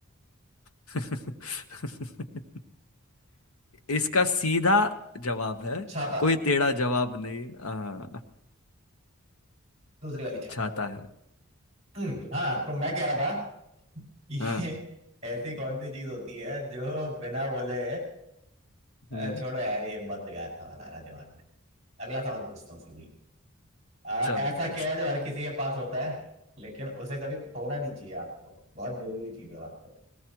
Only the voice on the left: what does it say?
<laughs> इसका सीधा जवाब है
कोई टेढ़ा जवाब नहीं हाँ
छाता है
हाँ
हम्म,
चलो
पूछो